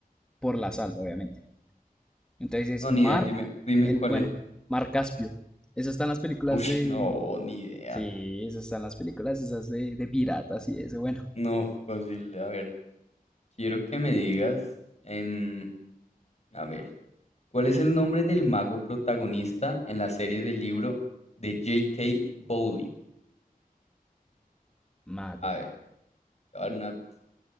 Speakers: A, in the centre; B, on the left.
A: por la sal, obviamente. Entonces es
B: No, ni
A: mar,
B: idea, dime, dime
A: en,
B: cuál
A: bueno,
B: es.
A: mar Caspio. Eso está en las películas
B: Uy,
A: de...
B: <laughs> no, ni idea.
A: Sí, eso está en las películas esas de, de piratas y eso, bueno.
B: No, posible. A ver, quiero que me digas, em, a ver, ¿cuál es el nombre del mago protagonista en la serie del libro de J.K. Bowling?
A: Mago.
B: A ver, te voy a dar una pista.